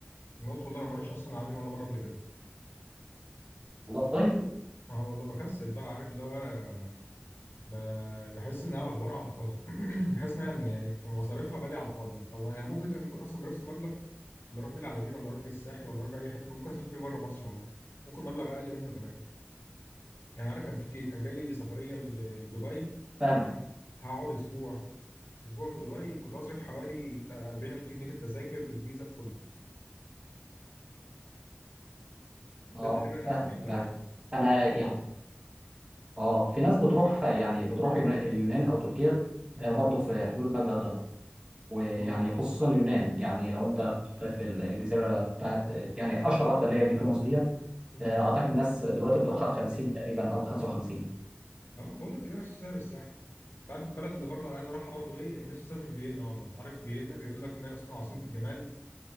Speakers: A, on the left; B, on the right.
A: الناس والله انا ما اروحش اصلا العامين ولا مرة قبل كده،
B: والله
A: ما هو والله بكسل بقى عارف اللي هو ب... بحس انها افوار على الفاضي، <clears throat> بحس انها يعني في مصاريفها غالية على الفاضي يعني، طب انا ممكن ممكن اصلا بنفس المبلغ اللي اروح بيه العلمين ولا اروح بيه الساحل ولا اروح بيه اي حته ممكن اسافر بيه بره مصر والله، ممكن مبلغ اقل منه كمان. يعني عارف كان في كان جالي سفريه لل- لدبي
B: فاهمك
A: هقعد اسبوع اسبوع في دبي كنت هصرف حوالي بتاع 40000 جنيه بالتذاكر بالفيزا بكله
B: اه
A: ده تقريبا نفس
B: فاهمك
A: المبلغ
B: فاهم
A: يعني
B: انا يعني اه في ناس بتروح يعني بتروح يونا- اليونان او تركيا
A: امم
B: آه، برضه في حدود المبلغ ده ويعني
A: اه
B: خصوصا اليونان يعني لو انت في الجزيره بتاعت يعني اشهر واحده اللي هي ميكونوس دي آه،
A: امم
B: اعتقد الناس دلوقتي بتروحها ب 50 تقريبا او ب 55
A: اه بقول لك تلاقي نفس سعر الساحل انت عارف البلد اللي بره اللي عايز اروحها برضو ايه نفسي اسافر فيينا والله عارف فيينا بيقول لك انها اصلا عاصمه الجمال